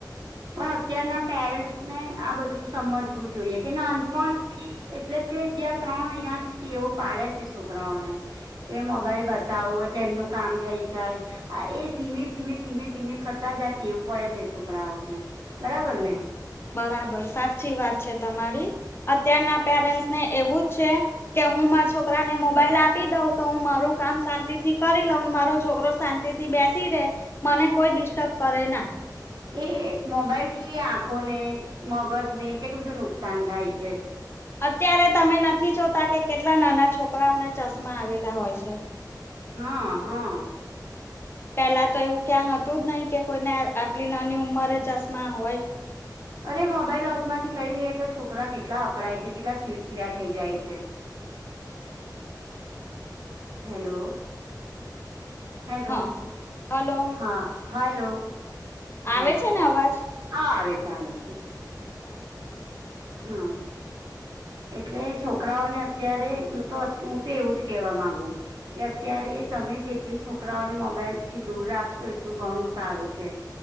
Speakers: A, on the right; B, on the left.
A: પણ અત્યારના પેરેન્ટ્સને આ બધું સમજવું જોઈએ કે નાનપણ થીજ. એટલે કે જ્યાં ત્રણ મહિનાથી ટેવો પાડે છે છોકરાઓને. કે મોબાઈલ બતાવો એટલે એમનું કામ થઈ જાય. આએ ધીમે ધીમે ધીમે ધીમે કરતા જ એવું પડે છે છોકરાઓને, બરાબર ને.
B: બરાબર સાચી વાત છે તમારી, અત્યારના પેરેન્ટ્સ ને એવું જ છે. કે હુંમા છોકરાને મોબાઈલ આપી દઉંતો હું મારું કામ શાંતિથી કરી લઉંને મારો છોકરો શાંતિથી બેસી રે, મને કોઈ ડિસ્ટર્બ કરેના.
A: એ મોબાઈલથી આંખોને મગજને કેટલું બધું નુકસાન થાય છે.
B: અત્યારે તમે નથી જોતા કે કેટલા નાના છોકરાઓને ચશ્મા આવેલા હોય છે.
A: હા હા.
B: પેલા તો એવું ક્યાં હતું જ નહિ કે કોઈને આટલી નાની ઉંમરે ચશ્મા હોય.
A: અરે મોબાઈલ વચમાંથી લઈ લઈએ તો છોકરા કેટલા અકળાય છે કેટલા ચીડચીડા થઈ જાય છે. હેલો. હેલો,
B: હા હલો
A: હા હલો. હા
B: આવે છે ને અવાજ?
A: હા આવે છે આવે છે.
B: ઓકે.
A: હા. એટલે છોકરાઓને અત્યારે હું તો હું તો એવું જ કેહેવા માંગુ. કે અત્યારે તમે જેટલી છોકરાઓને મોબાઈલ થી દૂર રાખશો એટલું ઘણું સારું છે.